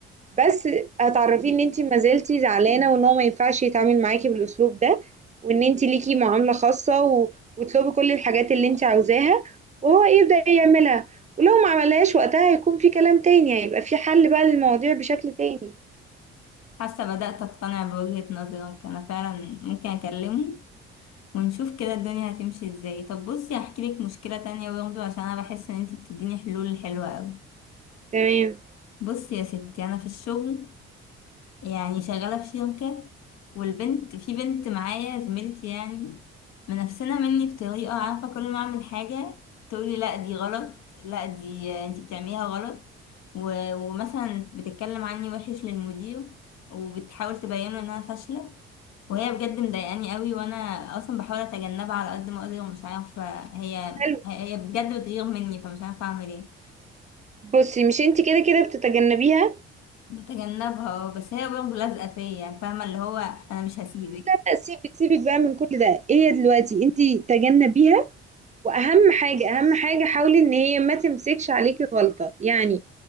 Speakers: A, on the right; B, on the left.
A: بس هتعرفيه ان انت ما زلتي زعلانه وان هو ما ينفعش يتعامل معاكي بالاسلوب ده وان انت ليكي معامله خاصه و... وتطلبي كل الحاجات اللي انت عاوزاها وهو يبدا يعملها ولو ما عملهاش وقتها هيكون في كلام تاني هيبقى في حل بقى للمواضيع بشكل تاني
B: حاسه بدأت اقتنع بوجهة نظرك انا فعلا ممكن اكلمه ونشوف كده الدنيا هتمشي ازاي طب بصي هحكي لك مشكله تانية برضه عشان انا بحس ان انت بتديني حلول حلوه قوي
A: تمام
B: بصي يا ستي انا في الشغل يعني شغالة في شركة والبنت في بنت معايا زميلتي يعني منافسنا مني بطريقة عارفة كل ما أعمل حاجة تقولي لا دي غلط لا دي انتي بتعمليها غلط و- ومثلا بتتكلم عني وحش للمدير وبتحاول تبينه إن أنا فاشلة وهي بجد مضايقاني قوي وأنا أصلا بحاول أتجنبها على قد ما أقدر ومش عارفة هي
A: حلو
B: هي بجد بتغير مني فمش عارفة أعمل إيه
A: بصي مش انت كده كده بتتجنبيها
B: بتجنبها بس هي برضه لازقة فيا فاهمة اللي هو أنا مش هسيبك
A: لا، سيبك سيبك بقى من كل ده هي دلوقتي انت تجنبيها واهم حاجه اهم حاجه حاولي ان هي ما تمسكش عليكي غلطه يعني